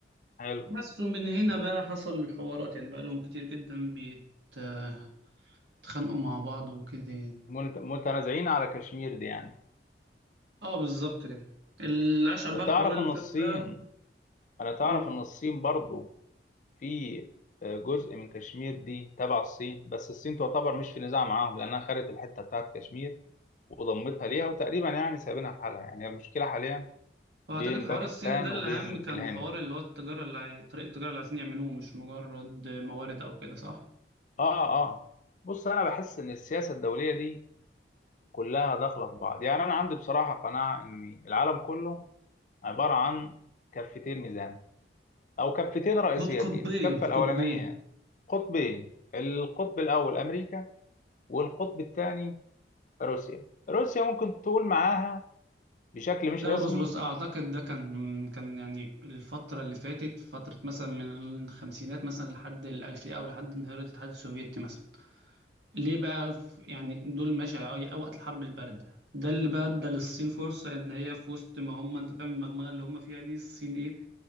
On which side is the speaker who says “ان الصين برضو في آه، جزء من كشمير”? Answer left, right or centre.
Left